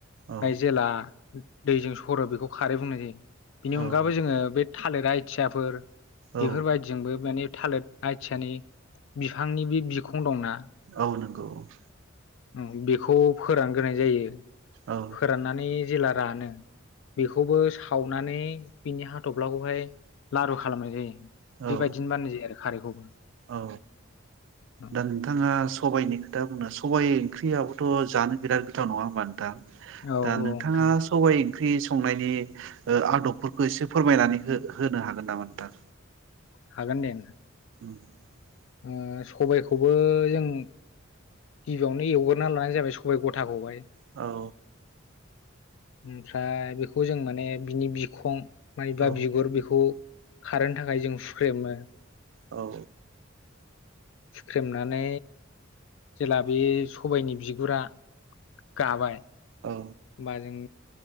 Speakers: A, on the right; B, on the left.
A: औ
B: गाय जेला <unintelligible> दैजों सरो बेखौ खारै बुंनाय जायो बिनि
A: औ
B: अनगाबो जोङो बे थालिर आइथियाफोर
A: औ
B: बेफोरबायदिजोंबो माने थालिर आथियानि बिफांनि बे बिखं दंना
A: औ नंगौ <inaudible>
B: उम बेखौ फोरानग्रोनाय जायो
A: औ
B: फोराननानै जेला रानो बेखौबो सावनानै बिनि हाथफ्लाखौहाय लारु खालामनाय जायो
A: औ
B: बेबायदिनो बाननाय जायो आरोखि खारैखौबो
A: औ
B: औ
A: दा नोंथाङा सबाइनिखौ दा सबाइ ओंख्रियाबोथ' जानो बिराद गोथाव नङा होमबा नोंथां
B: औ
A: दा
B: नोंथां
A: नोंथाङा सबाइ ओंख्रि संनायनि ओ आदबफोरखौ एसे फोरमायनानै हो होनो हागोन नामा नोंथां
B: हागोन दे
A: <unintelligible>
B: ओ सबायखौबो जों गिबियावनो एवग्रोना लानाय जाबाय सबाय गथाखौहाय
A: औ
B: ओमफ्राय बेखौ जों माने बिनि बिखं मानिबा
A: औ
B: बिगुर बेखौ खारनो थाखाय जों <unintelligible>
A: औ
B: थुख्रेमनानै जेला बे सबायनि बिगुरा गाबाय होनबा
A: औ
B: जों